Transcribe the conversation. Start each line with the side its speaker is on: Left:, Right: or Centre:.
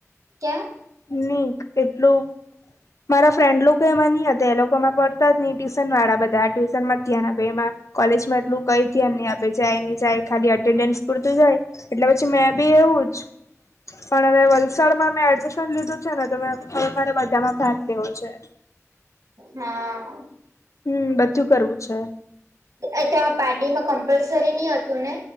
Right: ક્યાં
Left: નીક એટલું મારા ફ્રેન્ડ લોકો એમાં નહ હતા એ લોકોમાં પડતા જ નહ ટ્યુશન વાળા બધા ટ્યુશન માંથીયા બે માં કોલેજમાં એટલું કઈ ધ્યાન નહી આપે જાય જ ખાલી એટેન્ડન્સ પૂરતું જાય. એટલે પછી મેં બી એવું જ. પણ હવે વલસાડમાં મેં એડમિશન લીધું છે ને તો મેં હવે મારે બધામાં ભાગ લેવો છે.
Right: હા.
Left: હમ બધું કરવું છે.
Right: એ ત પારડી માં કમ્પલસરી નહ હતું ને?